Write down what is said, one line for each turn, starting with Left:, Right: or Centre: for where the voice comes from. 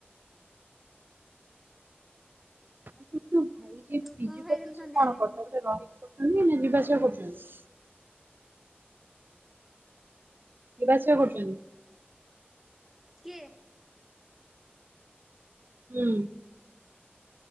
Right: କିନ୍ତୁ ଭାଇ ଯିଏ
Centre: ତୁ
Right: ପିଜି
Centre: କଣ ଖାଇଥିଲୁ
Right: କରୁଚନ୍ତି ସେ
Centre: ସନ୍ଧ୍ୟାବେଳେ?
Right: କଣ କଟକ ରେ ରହିକି କରୁଛନ୍ତି ନା ଯିବା ଆସିବା କରୁଚନ୍ତି। ଯିବାଆସିବା କରୁଚନ୍ତି।
Centre: କିଏ?
Right: ହୁଁ।